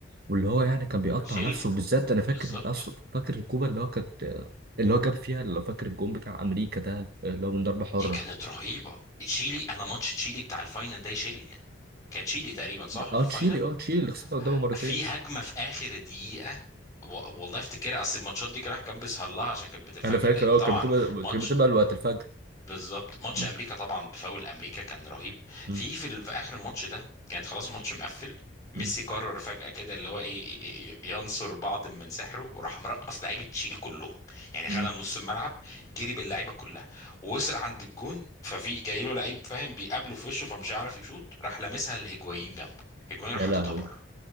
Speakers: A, on the right (about 50°); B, on the left (about 15°).
A: واللي هو يعني كان بيقطع
B: يشيله
A: نفسه بالذات انا فاكر
B: بالظبط
A: اصلا فاكر الكوره اللي هو كانت اللي هو جاب فيها لو فاكر الجون بتاع امريكا ده اللي هو من ضربه حره
B: دي كانت رهيبة تشيلي انا ماتش تشيلي بتاع الفاينل ده يشيل كانت تشيلي تقريبا صح
A: ده-
B: في
A: اه
B: الفاينل
A: تشيلي اه تشيلي اللي خسرنا قدامه مرتين
B: في هجمة في اخر دقيقة و- والله افتكرها اصل الماتشات دي كراح كان بيسهر لها عشان كانت بتنفجر
A: انا فاكر اه
B: طبعا
A: كانت بتبقى
B: ماتش
A: كانت بتبقى الوقت الفجر
B: بالظبط ماتش
A: مم،
B: امريكا طبعا بفاول امريكا كان رهيب
A: مم،
B: في في, ال- في اخر الماتش ده كانت خلاص الماتش مقفل ميسي
A: مم،
B: قرر فجأة كده اللي هو ايه إيه- إيه- ينصر بعض من سحره وراح مرقص لعيبه تشيلي كلهم يعني
A: مم.
B: خدها من نص الملعب جري باللعيبه كلها ووصل عند الجون ففي جاي له لعيب فاهم بيقابله في وشه فمش هيعرف يشوط راح لامسها لهيجوايين جنبه هيجوايين راح
A: يا
B: حاططها
A: لهوي
B: بره